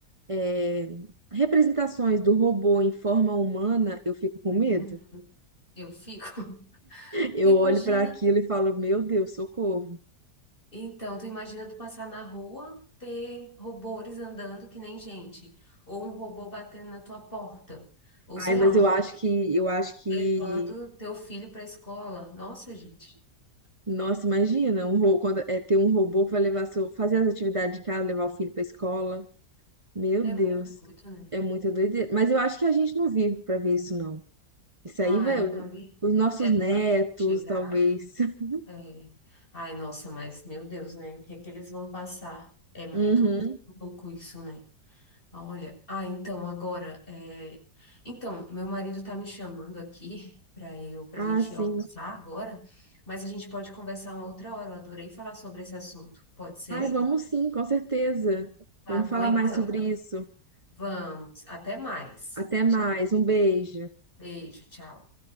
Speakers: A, on the right; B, on the left.
A: é, representações do robô em forma humana, eu fico com medo.
B: Uhum. Eu fico. <laughs>
A: Eu
B: Tu imagina?
A: olho para aquilo e falo, meu Deus, socorro.
B: Então, tu imagina tu passar na rua, ter robôs andando que nem gente, ou um robô batendo na tua porta, ou
A: Ai,
B: sei
A: mas
B: lá, um
A: eu acho que eu acho que
B: levando teu filho pra escola. Nossa, gente,
A: Nossa, imagina, um ro- quando é ter um robô que vai levar seu, fazer as atividades de casa, levar o filho para escola. Meu
B: é
A: Deus,
B: muito doido, né?
A: é muita doideira. Mas eu acho que a gente não vive para ver isso, não. Isso
B: Ah,
A: aí vai
B: eu também.
A: os nossos
B: É
A: netos,
B: chegar.
A: talvez. <laughs>
B: É. Ai, nossa, mas meu Deus, né? O que é que eles vão passar? É muito
A: Uhum.
B: louco isso, né? Olha, ah, então agora, é... então meu marido tá me chamando aqui <laughs> para eu, para
A: Ah,
B: gente
A: sim.
B: almoçar agora, mas a gente pode conversar uma outra hora. Eu adorei falar sobre esse assunto. Pode ser?
A: Ai, vamos sim, com certeza.
B: Tá
A: Vamos
B: bom,
A: falar
B: então.
A: mais sobre isso.
B: Vamos. Até mais.
A: Até mais,
B: Tchau.
A: um beijo.
B: Beijo. Tchau.